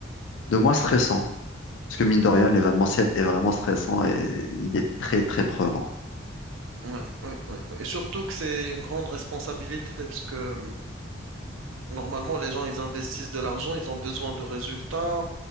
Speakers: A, on the left; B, on the right.
A: de moins stressant. Parce que mine de rien, l'événementiel est vraiment stressant et il est très, très prenant.
B: oui, oui, oui, oui. Et surtout que c'est une grande responsabilité parce que Normalement, les gens, ils investissent de l'argent, ils ont besoin de résultats.